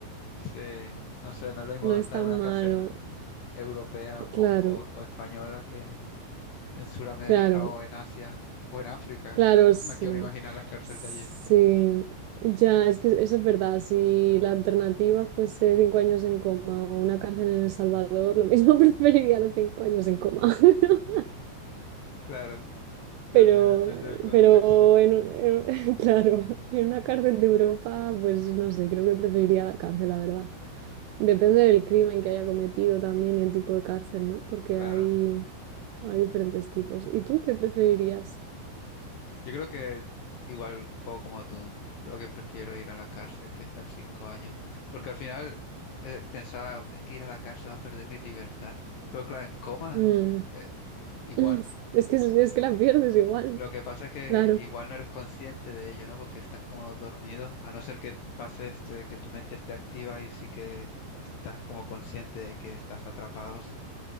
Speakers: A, on the left; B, on the right.
A: sí, no sé,
B: <laughs>
A: no es lo mismo
B: no
A: estar
B: es tan
A: en una
B: malo.
A: cárcel europea o,
B: Claro,
A: o- o española que en Sudamérica
B: claro,
A: o en Asia o en África.
B: claro, sí.
A: No me quiero ni imaginar las cárceles
B: Sí,
A: de allí.
B: ya, es que eso es verdad. Si la alternativa fuese cinco años en coma o una cárcel en El Salvador, lo mismo <laughs> preferiría los cinco años en coma. <laughs>
A: Claro, también
B: Pero,
A: depende
B: eh,
A: del contexto.
B: pero en, un- en- <laughs> claro, en una cárcel de Europa, pues no sé, creo que preferiría la cárcel, la verdad. Depende del crimen que haya cometido también y el tipo de cárcel, ¿no? Porque
A: Claro.
B: hay, hay diferentes tipos. ¿Y tú qué preferirías?
A: Yo creo que igual un poco como tú, creo que prefiero ir a la cárcel que estar cinco años, porque al final eh, pensaba, es que ir a la cárcel va a perder mi libertad, pero claro, en coma
B: Mm,
A: eh, eh, igual.
B: <laughs> Es que, es que la pierdes igual,
A: Lo que pasa es que
B: claro.
A: igual no eres consciente de ello, ¿no? Porque estás como dormido, a no ser que pase este, que tu mente esté activa y sí que estás como consciente de que estás atrapado sin,